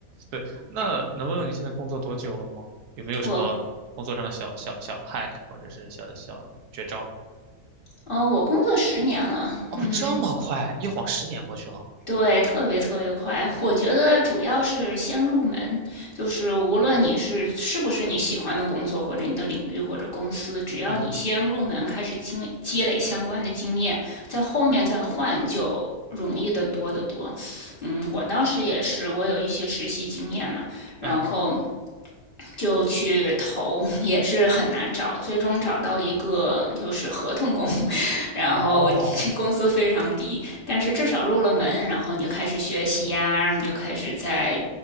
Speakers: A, on the right (about 85°); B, on the left (about 40°).
A: 对。那能问问你现在工作多久了吗？有没有什么工作上的小小小
B: 我
A: hack 或者是小小绝招？
B: 哦，我工作十年了，
A: 哦，
B: 嗯，
A: 这么快，一晃十年过去了。
B: 对，特别特别快。我觉得主要是先入门，就是无论你是是不是你喜欢的工作，或者你的领域或者公司，只要你先入门，
A: 嗯
B: 开始经积累相关的经验，在后面再换就容易的多得多。嗯，我当时也是，我有一些实习经验嘛，然后
A: 嗯，
B: 就去投，也是很难找，最终找到一个就是合同工，<laughs> 然后工资非常低，
A: 哦，
B: 但是至少入了门，然后你就开始学习呀、啊，你就开始在